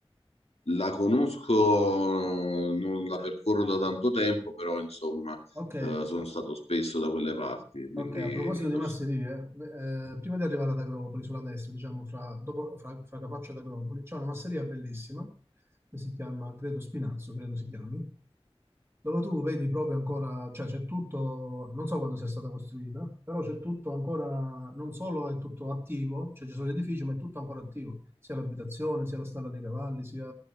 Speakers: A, on the left; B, on the right.
A: La conosco, non la percorro da tanto tempo, però insomma,
B: Ok,
A: eh, sono stato spesso da quelle parti, quindi
B: ok, a proposito di
A: lo
B: masserie,
A: so.
B: beh, eh, prima di arrivare ad Agropoli, sulla destra, diciamo, fra, dopo, fra, fra Capaccio ad Agropoli, c'è una masseria bellissima, che si chiama, credo Spinazzo, credo si chiami, dove tu vedi proprio ancora, cioè c'è tutto, non so quando sia stata costruita, però c'è tutto ancora, non solo è tutto attivo, cioè ci sono gli edifici, ma è tutto ancora attivo, sia l'abitazione, sia la stalla dei cavalli, sia